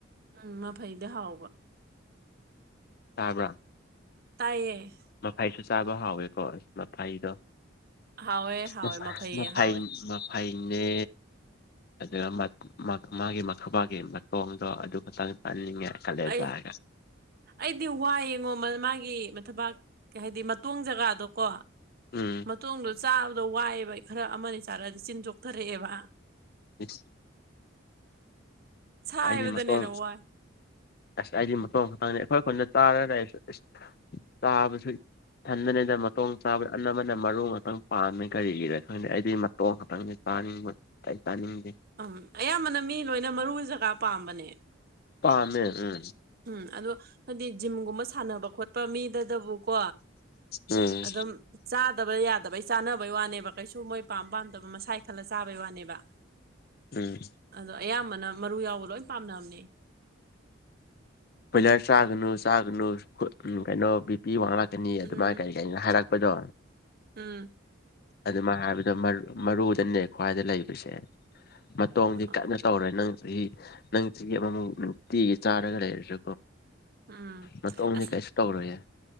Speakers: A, on the right; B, on the left.
A: ꯎꯝ ꯃꯐꯩꯗꯤ ꯍꯥꯎꯕ꯫
B: ꯇꯥꯕ꯭ꯔꯥ꯫
A: ꯇꯥꯏꯌꯦ꯫
B: ꯃꯐꯩꯁꯨ ꯆꯥꯕ ꯍꯥꯎꯋꯦꯀꯣ ꯑꯁ ꯃꯐꯩꯗꯣ꯫
A: ꯍꯥꯎꯋꯦ ꯍꯥꯎꯋꯦ
B: ꯎꯝ ꯃꯐꯩ
A: ꯍꯥꯎꯋꯦ
B: ꯃꯐꯩꯅꯦ ꯑꯗꯨꯒ ꯃ ꯃꯥ ꯃꯥꯒꯤ ꯃꯊꯕꯥꯛꯒꯤ ꯃꯇꯣꯡꯗꯣ ꯑꯗꯨ ꯈꯛꯇꯪ ꯆꯥꯅꯤꯡꯉꯦ ꯀꯂꯦꯖꯥꯒ꯫
A: ꯑꯩ ꯑꯩꯗꯤ ꯋꯥꯏꯌꯦꯉꯣ ꯃ-ꯃꯥꯒꯤ ꯃꯊꯕꯥꯛ ꯀꯩ ꯍꯥꯏꯗꯤ ꯃꯇꯣꯡ ꯖꯒꯥꯗꯣꯀꯣ꯫
B: ꯎꯝ
A: ꯃꯇꯣꯡꯗꯣ ꯆꯥꯕꯗ ꯋꯥꯏꯌꯦꯕ ꯈꯔ ꯑꯃ ꯑꯅꯤ ꯆꯥꯔꯛꯑꯗꯤ ꯆꯤꯟ ꯆꯣꯛꯊꯔꯛꯑꯦꯕ꯫
B: ꯏꯁ꯫
A: ꯁꯥꯏꯕꯗꯅ
B: ꯑꯩꯗꯤ ꯃꯇꯣꯡ
A: ꯍꯦꯟꯅ ꯋꯥꯏ
B: ꯑꯁ ꯑꯩꯗꯤ ꯃꯇꯣꯡ ꯈꯛꯇꯪꯅꯦ ꯑꯩꯈꯣꯏ ꯈꯨꯟꯗ ꯆꯥꯔꯒ ꯂꯩꯕꯁꯨ ꯑꯁ ꯆꯥꯕꯁꯦ ꯏꯊꯟꯗꯅꯦꯗ ꯃꯇꯣꯡ ꯆꯥꯕ ꯑꯅꯝꯕꯅ ꯃꯔꯨ ꯉꯥꯛꯇꯪ ꯄꯥꯝꯃꯦ ꯀꯔꯤꯒꯤꯔ ꯈꯪꯗꯤ ꯑꯩꯗꯤ ꯃꯇꯣꯡ ꯈꯥꯛꯇꯪꯅꯦ꯫ ꯆꯥꯅꯤꯡꯕ ꯑꯩ ꯆꯥꯅꯤꯡꯗꯦ꯫
A: ꯑꯝ ꯑꯌꯥꯝꯕꯅ ꯃꯤ ꯂꯣꯏꯅ ꯃꯔꯨꯒꯤ ꯖꯒꯥ ꯄꯥꯝꯕꯅꯦ꯫
B: ꯄꯥꯝꯃꯦ ꯎꯝ꯫
A: ꯎꯝ ꯑꯗꯣ ꯍꯥꯏꯗꯤ ꯖꯤꯝꯒꯨꯝꯕ ꯁꯥꯟꯅꯕ ꯈꯣꯠꯄ ꯃꯤꯗꯗꯕꯨꯀꯣ꯫
B: ꯎꯝ
A: ꯑꯗꯨꯝ ꯆꯥꯗꯕ ꯌꯥꯗꯕꯩ ꯆꯥꯅꯕꯩ ꯋꯥꯅꯦꯕ ꯀꯩꯁꯨ ꯃꯣꯏ ꯄꯥꯝ ꯄꯥꯝꯗꯕ ꯃꯁꯥ ꯈꯜꯂ ꯆꯥꯕꯩ ꯋꯥꯅꯦꯕ꯫ <unintelligible>
B: ꯎꯝ꯫
A: ꯑꯗꯣ ꯑꯌꯥꯝꯕꯅ ꯃꯔꯨ ꯌꯥꯎꯕ ꯂꯣꯏ ꯄꯥꯝꯅꯕꯅꯦ꯫
B: ꯕꯣꯏꯂꯔ ꯆꯥꯒꯅꯨ ꯆꯥꯒꯅꯨ ꯈꯨ ꯎꯝ ꯀꯩꯅꯣ ꯕꯤ ꯄꯤ ꯋꯥꯡꯂꯛꯀꯅꯤ
A: ꯎꯝ
B: ꯑꯗꯨꯃꯥꯏ ꯀꯔꯤ ꯀꯩ ꯍꯥꯏꯔꯛꯄꯗꯣ꯫
A: ꯎꯝ꯫
B: ꯑꯗꯨꯃꯥꯏ ꯍꯥꯏꯕꯗꯣ ꯃꯔ-ꯃꯔꯨꯗꯅꯦ ꯈ꯭ꯋꯥꯏꯗ ꯂꯩꯕꯁꯦ꯫ ꯃꯇꯣꯡꯗꯤ
A: ꯑ
B: ꯀꯦꯝꯇ ꯇꯧꯔꯣꯏ ꯅꯪ ꯆꯍꯤ ꯅꯪ ꯆꯍꯤ ꯑꯃꯃꯨꯛ ꯅꯨꯡꯇꯤꯒꯤ ꯆꯥꯔꯒ ꯂꯩꯔꯁꯨ꯫
A: ꯎꯝ꯫
B: ꯃꯇꯣꯡꯗꯤ
A: ꯑꯁ
B: ꯀꯩꯁꯨ ꯇꯧꯔꯣꯏꯌꯦ꯫